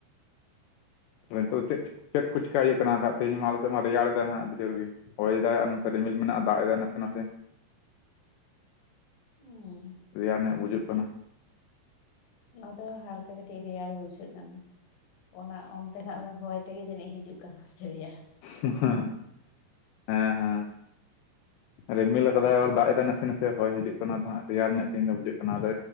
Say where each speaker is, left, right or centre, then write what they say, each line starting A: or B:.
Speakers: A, on the left; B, on the left.
A: ᱛᱟᱦᱞᱮ ᱱᱤᱛᱚᱜ ᱫᱚ ᱪᱮᱫ ᱪᱮᱫ ᱠᱚ ᱪᱤᱠᱟ ᱦᱩᱭᱩᱜ ᱠᱟᱱᱟ ᱛᱮᱦᱮᱧ ᱢᱟ ᱟᱞ ᱥᱮᱫ ᱢᱟ ᱨᱮᱭᱟᱲᱮᱫᱟ ᱦᱟᱸᱜ ᱟᱹᱰᱤ ᱡᱳᱨ ᱜᱮ᱾ ᱦᱚᱭ ᱮᱫᱟᱭ ᱟᱨ ᱱᱚᱛᱮ ᱨᱤᱢᱤᱞ ᱢᱮᱱᱟᱜᱼᱟ ᱫᱟᱜ ᱮᱫᱟᱭ ᱱᱟᱥᱮ ᱱᱟᱥᱮ᱾
B: ᱩᱸ᱾
A: ᱨᱮᱭᱟᱲ ᱧᱚᱜ ᱵᱩᱡᱷᱟᱹᱜ ᱠᱟᱱᱟ᱾
B: ᱱᱚᱛᱮ ᱦᱚᱸ ᱦᱟᱨᱠᱮ ᱠᱟᱹᱴᱤᱡ ᱨᱮᱭᱟᱲ ᱵᱩᱡᱷᱟᱹᱜ ᱠᱟᱱᱟ᱾ ᱚᱱᱟ ᱚᱱᱛᱮᱱᱟᱜ ᱦᱚᱭ ᱛᱮᱜᱮ ᱡᱟᱹᱱᱤᱡ ᱦᱤᱡᱩᱜ ᱠᱟᱱᱟ ᱨᱮᱭᱟᱲ᱾
A: ᱦᱩᱸ ᱦᱟᱸ ᱦᱮᱸ ᱦᱮᱸ᱾ ᱨᱤᱢᱤᱞ ᱠᱟᱫᱟᱭ ᱮᱵᱟᱨ ᱫᱟᱜ ᱮᱫᱟᱭ ᱱᱟᱥᱮ ᱱᱟᱥᱮ ᱦᱚᱭ ᱦᱤᱡᱩᱜ ᱠᱟᱱᱟ ᱛᱚ ᱦᱟᱸᱜ ᱨᱮᱭᱟᱨ ᱧᱚᱜ ᱛᱮᱦᱤᱧ ᱫᱚ ᱵᱩᱡᱩᱜ ᱠᱟᱱᱟ ᱟᱫᱚ